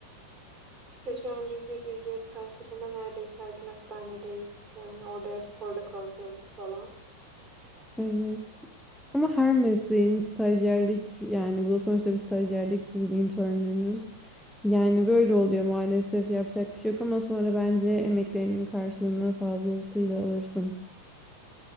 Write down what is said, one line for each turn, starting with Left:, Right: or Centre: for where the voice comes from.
Right: İşte şu an cüzi bir ücret karşılığında neredeyse her gün hastanedeyiz. Yani orada yatıp orada kalkıyoruz falan.
Centre: Evet. Ama her mesleğin stajyerlik yani bu da sonuçta bir stajyerlik sizin internlüğünüz. Yani böyle oluyor maalesef yapacak bir şey yok ama sonra bence emeklerinin karşılığını fazlasıyla alırsın.